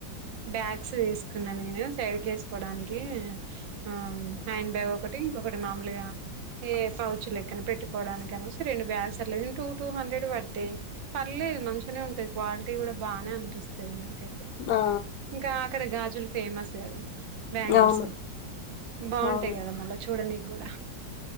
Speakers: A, on the right; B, on the left.
A: బ్యాగ్స్ తీసుకున్నా నేను సైడ్కి వేసుకోడానికి ఆ హ్యాండ్ బ్యాగ్ ఒకటి ఇంకొకటి మామూలుగా ఏ పౌచ్ లె పక్కన పెట్టుకోవడానికనేసి రెండు బ్యాసర్ల కు టూ టూ హండ్రెడ్ <unintelligible> పర్లేదు మంచినే ఉంటంది క్వాలిటీ కూడ బాగానే అనిపిస్తది నాకైతే
B: ఆ
A: ఇంకా అక్కడ గాజులు ఫేమస్ కదా బ్యాంగిల్స్
B: అవును
A: బాగుంటాయ్
B: అవును
A: కదా మళ్ళ చూడానికి కూడ